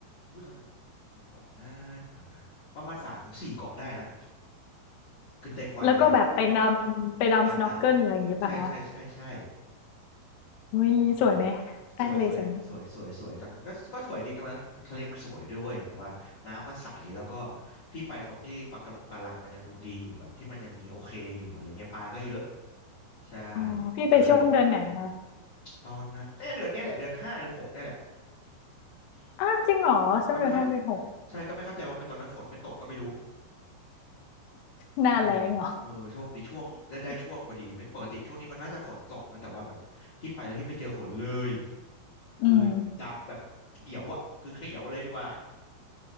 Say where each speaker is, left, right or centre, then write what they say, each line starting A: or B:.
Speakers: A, on the left; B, on the left.
A: อุ้ยตอนนั้นกี่เกาะนะเดี๋ยวก่อนนะประมาณสามถึงสี่เกาะได้นะคือเต็มวันเลยอะ
B: แล้วก็แบบไปดำไปดำสโนว์เกิลอะไรอย่างงี้ป่ะคะ
A: ดำนะใช่ใช่ใช่ใช่
B: เฮ้ยสวยไหม
A: เออ
B: ใต้ทะเลสวยไหม
A: สวยสวยสวยสวยสวยตอนนั้นก็ก็สวยดีตอนนั้นทะเลมันสวยด้วยเวยแบบว่าน้ำมันใสแล้วก็พี่ไปตรงที่ปะการังกะลังมันยังดูดีอยู่แบบที่มันยังมีโอเคอยู่อะไรเงี้ยปลาก็เยอะใช่
B: อ๋อพี่ไปช่วงเดือนไหนคะ
A: แต่คือตอนนั้นเนี่ยเดือนเนี้ยแหละเดือนห้าเดือนหกเนี่ยแหละอืมแต่
B: อ้าวจริงเหรอช่วงเดือนห้าเดือนหก
A: ก็ไม่เข้าใช่ก็ไม่เข้าใจว่าทำไมตอนนั้นฝนไม่ตกก็ไม่รู้
B: หน้าแล้งเหรอ
A: เออเออโชคดีช่วงได้ได้ช่วงพอดีไม่ปกติช่วงนี้มันน่าจะฝนตกนะแต่ว่าแบบพี่ไปแล้วพี่ไม่เจอฝนเลย
B: <laughs> อืม
A: คือดำแบบเขียวอ่ะคือเขียวเลยดีกว่า
B: <laughs>